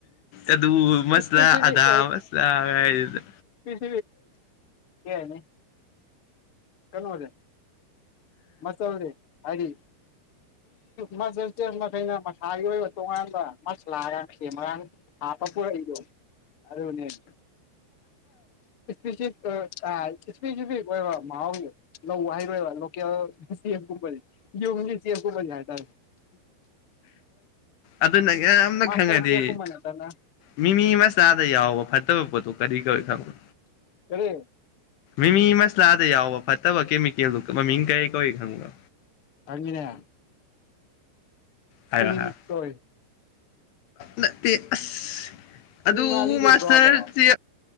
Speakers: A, on the left (about 75°); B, on the left (about 35°).
A: ꯑꯗꯨ ꯃꯁꯂꯥ
B: ꯏꯁꯄꯦꯁꯤꯐꯤꯛ
A: ꯑꯗꯥ ꯃꯁꯂꯥ ꯀꯗ
B: ꯁꯤ ꯀꯅꯦ ꯀꯟꯋꯥꯗꯦ ꯃꯁꯦ ꯍꯥꯏꯗꯤ ꯃꯥꯖꯦꯜꯁ ꯀꯩꯅ ꯃꯥ ꯊꯥꯒꯤ ꯑꯣꯏꯕ ꯇꯣꯉꯥꯟꯕ ꯃꯁꯂꯥꯒ ꯁꯦꯝꯃꯒꯥꯡ ꯍꯥꯞꯄ ꯄꯨꯔꯛꯏꯗꯣ ꯑꯗꯅꯦꯠ ꯏꯁꯄꯦꯁꯤꯐꯤꯛ ꯑꯣꯏꯕ ꯃꯍꯥꯎꯒꯤ ꯂꯧ ꯍꯥꯏꯩꯔꯣꯏꯕ ꯌꯥ ꯁꯤꯦꯝ ꯌ ꯁꯤꯦꯝ ꯀꯜ ꯌꯥꯗ
A: ꯑꯗꯨꯅ ꯌꯥꯝꯅ
B: ꯃꯥꯁꯇꯔ
A: ꯈꯪꯉꯗꯤ
B: ꯀꯦꯞꯀꯨꯝꯕ ꯅꯠꯇꯅ
A: ꯃꯤ ꯃꯤ ꯃꯁ ꯇꯥꯗ ꯌꯥꯎꯑꯣꯣꯕꯣ ꯐꯠꯇꯕ ꯄꯣꯠꯇꯣ ꯀꯔꯤ ꯀꯔꯤ ꯈꯔ
B: ꯀꯔꯤ
A: ꯃꯤ ꯃꯁꯂꯥꯗ ꯌꯥꯎꯕ ꯐꯠꯇꯕ ꯀꯃꯤ ꯀ ꯂ ꯃꯤ ꯀꯦ ꯀꯧꯏ ꯈꯪꯕ
B: ꯑꯉꯅꯦ
A: ꯍꯥꯏꯔꯣ
B: ꯁꯤꯅꯤꯃꯨꯀ
A: ꯍꯥꯏꯔꯣ
B: ꯑꯣꯏꯣꯏ
A: ꯅꯠꯇꯦ ꯑꯁ
B: ꯆꯤꯅꯤ
A: ꯑꯗꯨ
B: ꯃꯥꯜꯂꯤꯗꯨꯗ꯭ꯔꯣ
A: ꯃꯥꯁꯇꯔꯁꯦ
B: ꯑꯗꯣ